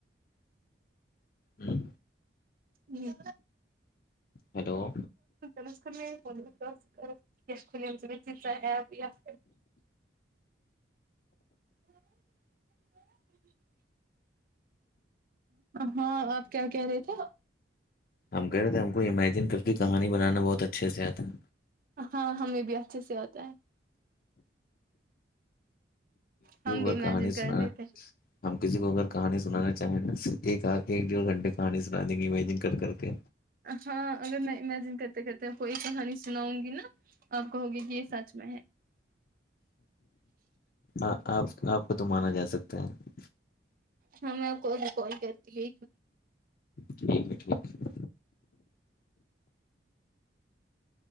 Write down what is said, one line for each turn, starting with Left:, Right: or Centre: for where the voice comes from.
Left: ہوں
Right: جی
Left: ہیلو
Right: ن کر فون دتا س خلی آ ت ایپ <inaudible> ہاں آپ کیا کہہ رہے تھے
Left: ہم کہہ رہ تھے ہم کو امیجن کر کے کہانی بنانا بہت اچھے سے آتا ہے
Right: ہاں ہمیں بھی اچھے سے آتا ہے ہم بھی
Left: اور
Right: امیجن
Left: کہانی
Right: کر
Left: سنا
Right: رہے تھے
Left: ہم کسی کو اگر کہانی سنانا چاہیںا ایک آ کے ایک ڈیڑھ گھنٹے کہانی سنا دیں گے امیجن کر کر کے
Right: ہاں اگر میں امیجن کرتے کرتے کوئی کہانی سناؤں گی نا آپ کو ہوگی کہ یہ سچ میں ہے
Left: آپ آپ کو تو مانا جا سکتا ہے
Right: ہاں میں کوب کوال کرتی ہے
Left: ٹھیک ہے ٹھیک ہے